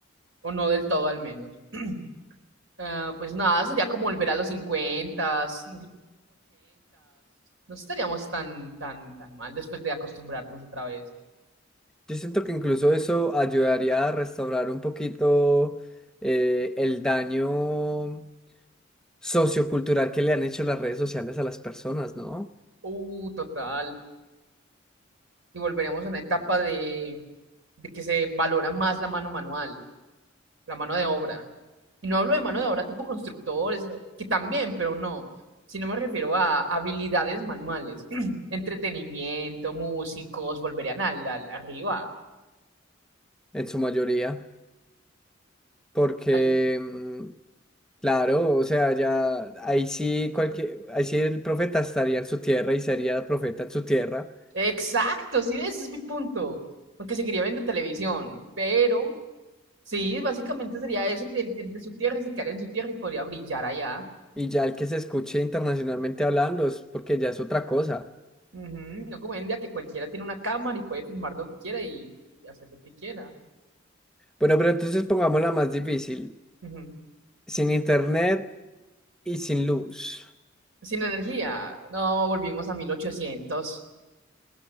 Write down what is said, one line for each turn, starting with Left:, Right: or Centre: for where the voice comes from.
Right: o no del todo al menos. <clears throat> Ah, pues nada, sería como volver a los 50s, No estaríamos tan, tan, tan mal después de acostumbrarnos otra vez.
Centre: Yo siento que incluso eso ayudaría a restaurar un poquito eh, el daño sociocultural que le han hecho las redes sociales a las personas, ¿no?
Right: Uh, total. y volveremos a una etapa de, de que se valora más la mano manual, la mano de obra. Y no hablo de mano de obra tipo constructores, no, que también, pero no, sino me refiero a habilidades manuales, <clears throat> entretenimiento, músicos, volverían al, al- arriba.
Centre: En su mayoría. Porque,
Right: al-
Centre: mm, claro, o sea, ya ahí sí cualquier, ahí sí el profeta estaría en su tierra y sería el profeta en su tierra.
Right: Exacto, sí, ese es mi punto. Aunque seguiría viendo televisión, pero sí, básicamente sería eso, el, el de su tierra se quedaría en su tierra y podría brillar allá.
Centre: Y ya el que se escuche internacionalmente hablando es porque ya es otra cosa.
Right: Ujú, No como hoy en día que cualquiera tiene una cámara y puede filmar lo que quiera y, y hacer lo que quiera.
Centre: Bueno, pero entonces pongámosla más difícil.
Right: Ujú.
Centre: Sin internet y sin luz.
Right: Sin energía, no volvimos a mil ochocientos